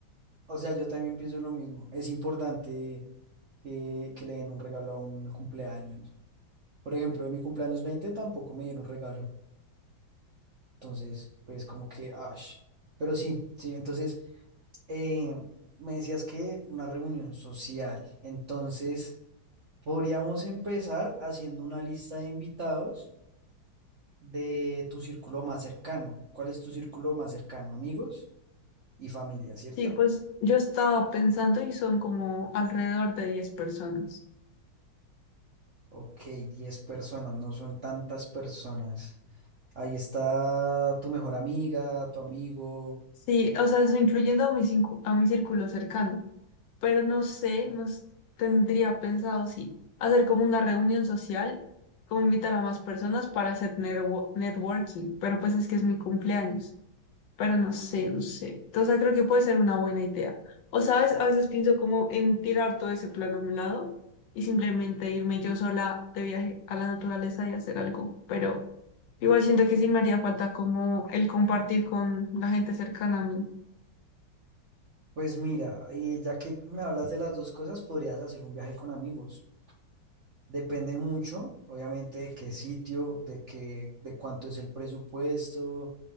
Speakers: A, on the right (about 55°); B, on the left (about 70°).
A: o sea, yo también pienso lo mismo. Es importante que, que le den un regalo a un cumpleaños. Por ejemplo, en mi cumpleaños 20 tampoco me dieron regalo. Entonces, pues como que, ash. Pero sí, sí, entonces, eh, me decías que una reunión social. Entonces, Podríamos empezar haciendo una lista de invitados de tu círculo más cercano. ¿Cuál es tu círculo más cercano? Amigos y familia, ¿cierto?
B: Sí, pues yo estaba pensando y son como alrededor de 10 personas.
A: Ok, 10 personas, no son tantas personas. Ahí está tu mejor amiga, tu amigo.
B: Sí, o sea, eso incluyendo a mi, cincu- a mi círculo cercano, pero no sé, nos tendría pensado, sí, hacer como una reunión social, como invitar a más personas para hacer nerwo- networking, pero pues es que es mi cumpleaños, pero no sé, no sé. Entonces creo que puede ser una buena idea. O sabes, a veces pienso como en tirar todo ese plan a un lado y simplemente irme yo sola de viaje a la naturaleza y hacer algo, pero igual siento que sí me haría falta como el compartir con la gente cercana a mí.
A: Pues mira, eh, ya que me hablas de las dos cosas, podrías hacer un viaje con amigos. Depende mucho, obviamente, de qué sitio, de qué, de cuánto es el presupuesto